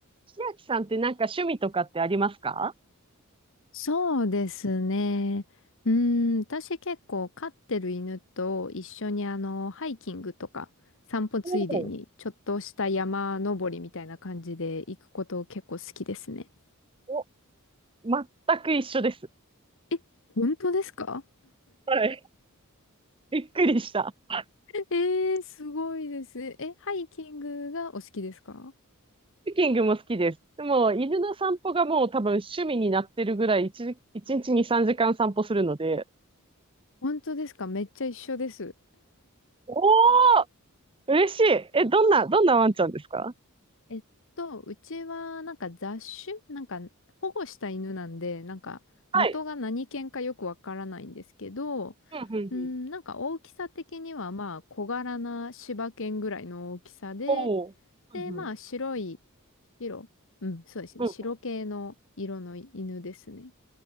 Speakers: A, on the right (about 25°); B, on the left (about 65°).
A: 千秋さんってなんか趣味とかってありますか
B: そうですね。うーん、私結構飼ってる犬と一緒にあの、ハイキングとか散歩ついでにちょっとした山登りみたいな感じで行くこと結構好きですね。
A: おうお、全く一緒です。
B: え、本当ですか
A: はい。びっくりした。ハ
B: えー、すごいです。え、ハイキングがお好きですか
A: ッキングも好きです。でも、犬の散歩がもう多分趣味になってるぐらい1、一日一日に3時間散歩するので、
B: 本当ですかめっちゃ一緒です。
A: おー嬉しい。え、どんな、どんなワンちゃんですか
B: えっと、うちはなんか雑種なんか保護した犬なんで、なんか元が何犬かよくわからないんですけど、
A: はい。うんうんうん。
B: うん、なんか大きさ的にはまあ小柄な柴犬ぐらいの大きさで、
A: おーうんうん
B: で、まあ白い、白、うん、そうですね、
A: うん
B: 白系の色の犬ですね。